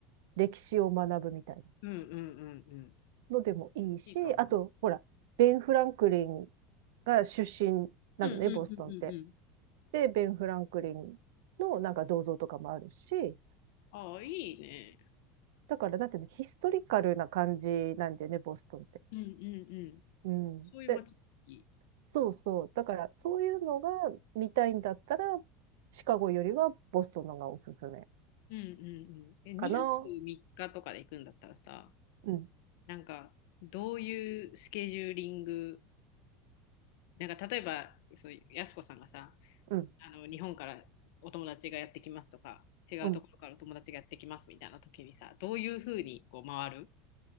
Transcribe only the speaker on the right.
歴史を学ぶみたいな
のでもいいし、
あと、ほら、ベン・フランクリンが出身なのね、
ボストンって。で、ベン・フランクリンのなんか銅像とかもあるし、
だから、だっていうのヒストリカルな感じなんだよね、ボストンって。
うん。
で、そうそう。だから、そういうのが見たいんだったら、シカゴよりはボストンのがおすすめ
かな。うん、
うん、
うん。